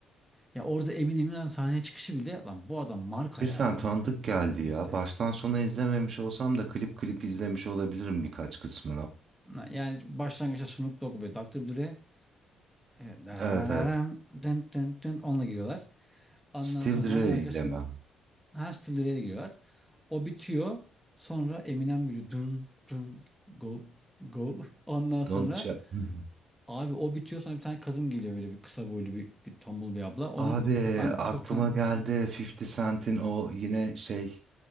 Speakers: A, in the centre; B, on the right.
A: Ya orada Eminem'in sahneye çıkışı bile lan bu adam marka
B: Bir
A: ya
B: sen tanıdık geldi
A: de- dedirtti.
B: ya. Baştan sona izlememiş olsam da klip klip izlemiş olabilirim birkaç kısmını.
A: Na- Yani başlangıçta Snoop Dogg ve Doktor Dre e, dararararam,
B: Evet evet.
A: dın dın dın, onunla giriyorlar. Ondan
B: Still
A: sonra
B: Dre
A: hemen arkasından
B: ile mi?
A: ha Still Dre'yle giriyorlar. O bitiyor. Sonra Eminem giriyor. Dun dun go go. Ondan sonra
B: Don't Cha- <laughs>
A: abi o bitiyor sonra bir tane kadın geliyor böyle bir kısa boylu bir, bir tombul bir abla. Onun
B: Abi
A: ben
B: aklıma
A: çok tan
B: geldi 50 Cent'in o yine şey